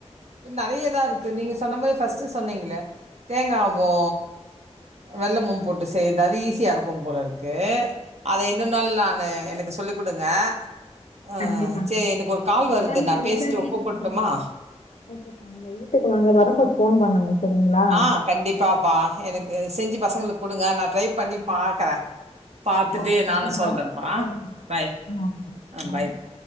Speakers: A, on the right (about 70°); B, on the left (about 80°).
A: நெறையதா இருக்கு நீங்க சொன்ன மாரி ஃபஸ்ட்டு சொன்னீங்களே தேங்காவு
B: ஆமா
A: வெல்லமூம் போட்டு செய்யுது அது ஈஸியா இருக்கும் போல இருக்கு அத இன்னொரு நாள் நானு எனக்கு சொல்லி குடுங்க ஆ
B: கண்டிப்பா
A: சரி
B: கண்டிப்பா
A: எனக்கு ஒரு கால்
B: அதுதா
A: வருது
B: நீங்க
A: நா
B: நேரா
A: பேசிட்டு
B: வீட்டுக்கு
A: கூப்புட்டுமா
B: வந்து ஓகேப்பா நீங்க வீட்டுக்கு வாங்க வரும்போது போன் பண்ணுங்க சரிங்களா
A: ஆ கண்டிப்பாப்பா எனக்கு செஞ்சு பசங்களுக்கு குடுங்க நா ட்ரை பண்ணி பாக்குறே பாத்துட்டு
B: ஓகேப்பா
A: நானு
B: எதா
A: சொல்றேன்ப்பா
B: டவுட் இருந்தா
A: பாய்
B: ஆ ஓகே
A: ஆ
B: பாய்
A: பாய்ப்பா